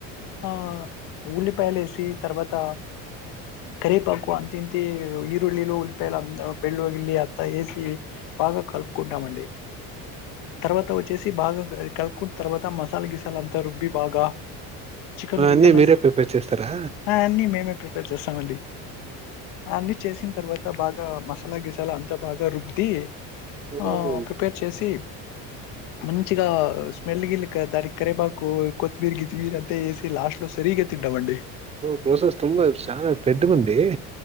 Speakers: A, on the left (about 65°); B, on the right (about 20°).
A: ఆ ఉల్లిపాయలు ఏసి తర్వాత కరేపాకు అంత ఇంత ఈరుళిలు ఉల్పాయలు బెళ్ వెళ్ళి అత్తా ఏసి బాగా కలుపుకుంటామండి తర్వాత వచ్చేసి బాగా కలుపుకున్న తర్వాత మసాలా గీసాలంతా రుబ్బి బాగా చికెన్ గికెన్
B: అన్నీ మీరే ప్రిపేర్ చేస్తారా
A: అయన్ని మేమే ప్రిపేర్ చేస్తామండి అన్నీ చేసిన తర్వాత బాగా మసాలా గిసాలా అంతా బాగా రుబ్బి
B: ఓహ్
A: ఆ ప్రిపేర్ చేసి మంచిగా స్మెల్ గిల్ దానికి కరేపాకు కొత్తిమీర్ గిత్మీర్ అంతా ఏసి లాస్ట్ లో సరిగా తింటమండి
B: ప్రాసెస్ తొందర సానా పెద్ద గుంది